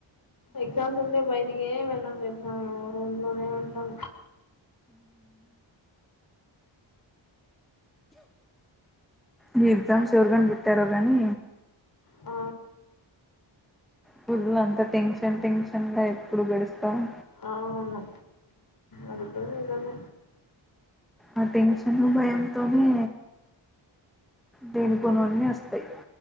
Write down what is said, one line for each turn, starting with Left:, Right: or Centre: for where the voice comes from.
Left: ఎగ్జామ్స్ ఉంటే బయటికే వెళ్ళం ఎగ్జామ్ రూమ్ లోనే ఉంటాం
Centre: ఈ ఎగ్జామ్స్ ఎవరు పెట్టారో గానీ
Left: ఆ
Centre: స్లు అంత టెన్షన్ టెన్షన్ గా ఎప్పుడు గడుస్తారు
Left: ఆవునా అదిక ఇదన్న
Centre: ఆ టెన్షన్ భయంంతోనే దేను కొనవన్ని వస్తాయి